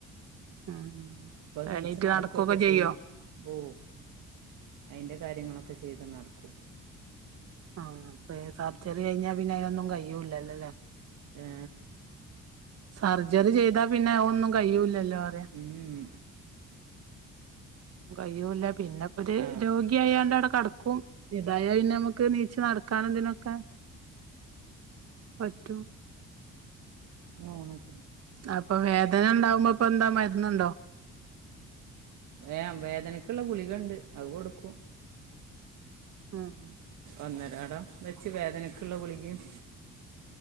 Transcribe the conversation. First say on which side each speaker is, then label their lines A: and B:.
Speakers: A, on the right; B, on the right.
A: ഉം.
B: അപ്പൊ നീച്ച
A: എണീറ്റ്
B: നടക്കുകൊക്കെ
A: നടക്കൊക്കെ ചെയ്യോ
B: ചെയ്യും. ഓ അതിൻ്റെ കാര്യങ്ങളൊക്കെ ചെയ്ത് നടക്കും.
A: ആഹ അപ്പ സർജറി കഴിഞ്ഞാ പിന്നെ അതിനൊന്നും കഴിയുല്ലല്ലോല്ലേ.
B: ഏ.
A: സർജറി ചെയ്താ പിന്നെ ഒന്നും കഴിയുല്ലല്ലോ അറ.
B: മും
A: കഴ്യൂല്ല പിന്നെപ്പത്
B: ആ
A: രോഗി യാണ്ട് അവിടെ കടക്കും ഇതാ യാ പിന്നെ നമുക്ക് നീച്ച നടക്കാന എന്തിനുമൊക്കെ പറ്റും
B: നിങ്ങൾ ഓണാക്കിന
A: അപ്പൊ വേദന ഉണ്ടാവുമ്പോ ഇപ്പൊ എന്താ മരുന്നുണ്ടോ
B: ഏ വേദനക്കുള്ള ഗുളികുണ്ട് അത് കൊടുക്കും
A: ആഹ്
B: ഒന്നരാടം വെച്ച് വേദനക്കുള്ള ഗുളികയും